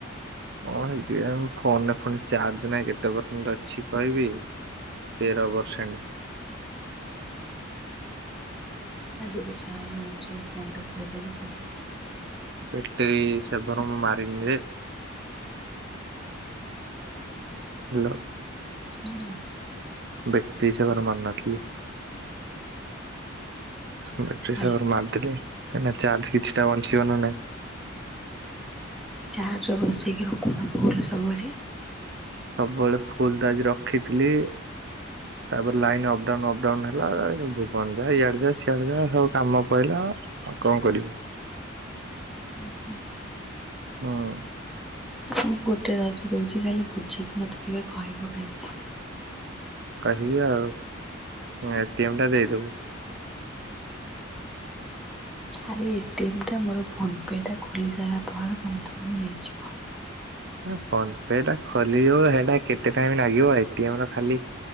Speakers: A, on the right; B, in the centre.
A: ହଁ ହେବି ଆଉ, ଫୋନରେ ଫୁଣି ଚାର୍ଜ ନାହିଁ କେତେ ପର୍ସେଣ୍ଟ ଅଛି କହିବି। ତେର ପରସେଣ୍ଟ।
B: <unintelligible>
A: ବ୍ୟାକ୍ଟେରି ସେଭର ମୁଁ ମାରିନି ରେ। ହ୍ୟାଲୋ।
B: ହୁଁ।
A: ବ୍ୟକ୍ତି ହିସାବରେ ମାନେ ରଖିଲି। ବେଟିରି
B: ଭଲ
A: ସାବର ମାରିଦେଲେ କାଇଁ ନା ଚାର୍ଜ କିଛିଟା ବଞ୍ଚିବ ନା ନାଇଁ।
B: ଚାର୍ଜ ବସେଇକି ରଖୁନ ଫୁଲ ସବୁବେଳେ।
A: ସବୁବେଳେ ଫୁଲ ଟା ଆଜି ରଖିଥିଲି। ତାପରେ ଲାଇନ ଅପଡାଉନ ଅପଡାଉନ ହେଲା, ଭୁବନ ଯା ଇଆଡେ ଯା ସିଆଡ ଯା ସବୁ କାମ ପଇଲା ଆଉ କଣ କରିବି?
B: <unintelligible>
A: ହଁ।
B: ମୁଁ ଗୋଟେ ଦାୟୁତ ଦଉଚି ଖାଲି ବୁଝିକି ମୋତେ ଟିକେ କହିବ ଖାଲି।
A: କରିବି ଆଉ, ମୋ ଏଟିମ୍ ଟା ଦେଇଦବୁ।
B: ଆରେ ଏଟିମ୍ ଟା ମୋର ଫୋନ୍ ପେ ଟା ଖୋଲିସାରିଲା ପରେ ତୁମେ ତମର ନେଇଯିବ।
A: ଫୋ ପେ ଟା ଖୋଲିବୁ ସେଟା କେତେ ଟାଇମ୍ ଲାଗିବ ଏଟିମ୍ ଟା ଖାଲି।